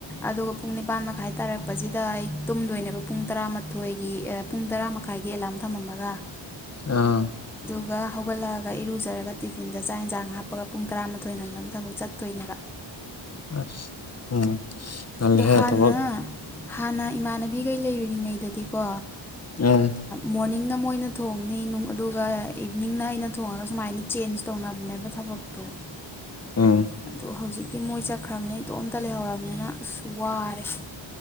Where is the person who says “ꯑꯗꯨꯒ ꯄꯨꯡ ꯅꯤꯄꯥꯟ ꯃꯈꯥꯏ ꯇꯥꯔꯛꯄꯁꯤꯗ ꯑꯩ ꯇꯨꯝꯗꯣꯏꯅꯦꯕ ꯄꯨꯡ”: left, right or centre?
Centre